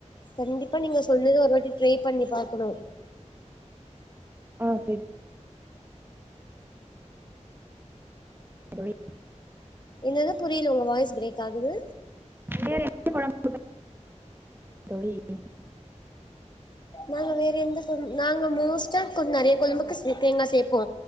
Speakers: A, on the left; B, on the right.
A: கண்டிப்பா நீங்க சொன்னது ஒரு வாட்டி ட்ரைப் பண்ணி பாக்கணு
B: ஆ சரி தோழி
A: என்னது புரியில உங்க வாய்ஸ் பிரேக்காகுது
B: வேற எந்த கொழம்பு <inaudible>
A: நாங்க வேற எந்த கொழம் நாங்க மோஸ்ட்டா கொஞ் நெறையா கொழம்புக்கு தேங்கா சேப்போ